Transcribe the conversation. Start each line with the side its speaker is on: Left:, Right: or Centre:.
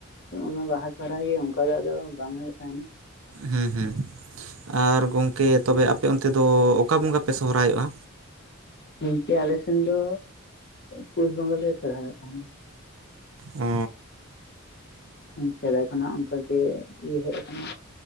Left: ᱚᱱᱟ ᱵᱟᱦᱟ ᱥᱚᱦᱨᱟᱭ ᱜᱮ ᱚᱝᱠᱟ ᱫᱚ ᱟᱫᱚ ᱵᱟᱝ ᱦᱩᱭᱩᱜ ᱛᱟᱦᱮᱱᱟ
Right: ᱦᱮᱸ ᱦᱮᱸ ᱟᱨ ᱜᱚᱝᱠᱮ ᱛᱚᱵᱮ ᱟᱯᱮ ᱚᱱᱛᱮ ᱫᱚ ᱚᱠᱟ ᱵᱚᱸᱜᱟ ᱯᱮ ᱥᱚᱦᱨᱟᱭᱚᱜ-ᱟ᱾
Left: ᱱᱤᱝᱠᱟᱹ ᱟᱞᱮ ᱥᱮᱱ ᱫᱚ ᱯᱩᱥ ᱵᱚᱸᱜᱟ ᱞᱮ ᱥᱚᱨᱦᱟᱭᱚᱜ ᱛᱟᱦᱮᱸᱱᱟ
Right: ᱟᱻ
Left: ᱥᱮᱫᱟᱭ ᱠᱷᱚᱱᱟᱜ ᱚᱝᱠᱟᱜᱮ ᱤᱭᱟᱹ ᱦᱮᱡ ᱟᱠᱟᱱᱟ